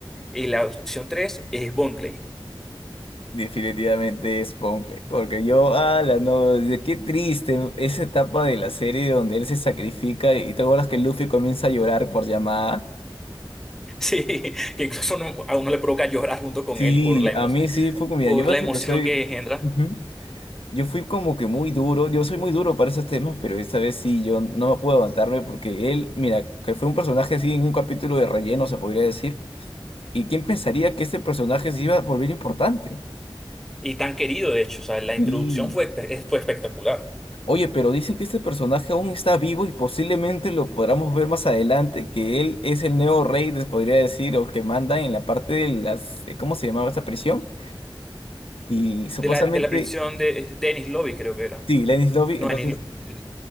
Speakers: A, in the centre; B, on the left.
A: y la opción 3 es Bonclay. <laughs>
B: Definitivamente es Poncle, porque yo, ala, no, de- qué triste esa etapa de la serie donde él se sacrifica y te acuerdas que Luffy comienza a llorar por llamada.
A: Sí, que incluso uno- a uno le provoca llorar junto con
B: Sí,
A: él por la emo-
B: a mí sí fue como, mira,
A: por
B: yo eso
A: la emoción
B: que soy.
A: que engendra.
B: Ujú. Yo fui como que muy duro, yo soy muy duro para esos temas, pero esta vez sí, yo no puedo levantarme porque él, mira, que fue un personaje así en un capítulo de relleno, se podría decir. ¿Y quién pensaría que este personaje se iba a volver importante?
A: Y tan querido, de hecho, o sea, la
B: Y,
A: introducción fue, espe- fue espectacular.
B: oye, pero dice que este personaje aún está vivo y posiblemente lo podamos ver más adelante, que él es el nuevo rey, les podría decir, o que manda en la parte de las, ¿cómo se llamaba esta prisión? Y supuestamente,
A: De la, de la prisión de Dennis Lobby, creo que era.
B: sí, Lenny's Lobby,
A: No,
B: entonces...
A: Dennis Lobby.